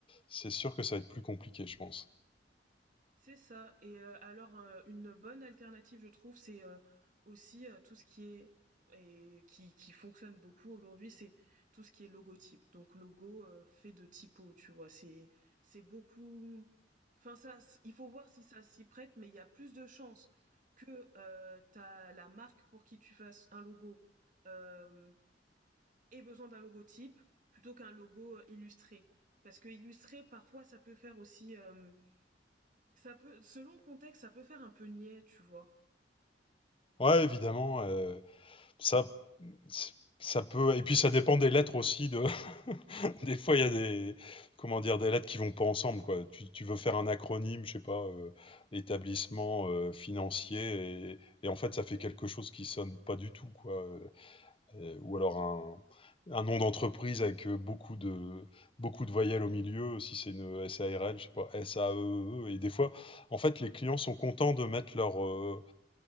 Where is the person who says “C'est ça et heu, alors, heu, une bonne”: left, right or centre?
Right